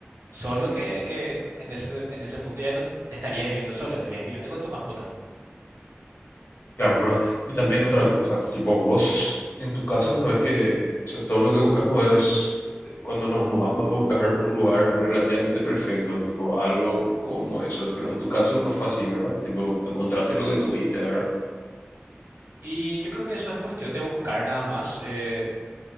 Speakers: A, on the right; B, on the left.
A: solo, que, que en ese, en ese punto ya no estarías viviendo solo, estarías viviendo con tu mascota.
B: claro, pero, y también otra cosa, tipo, vos, en tu caso, no es que, o sea, todo lo que buscamos es, eh, cuando nos mudamos, de buscar un lugar relativamente perfecto, tipo, algo como eso, pero en tu caso no fue así, ¿verdad? Tipo, encontraste lo que tuviste, ¿verdad?
A: Y yo creo que eso es cuestión de buscar nada más. eh,